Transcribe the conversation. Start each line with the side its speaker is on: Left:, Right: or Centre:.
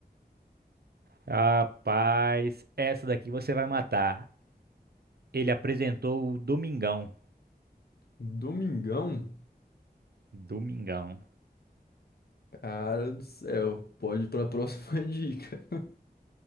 Right: Rapaz, essa daqui você vai matar. Ele apresentou o Domingão.
Left: Domingão,
Right: Domingão.
Left: cara do céu, pode ir para a próxima <laughs> dica.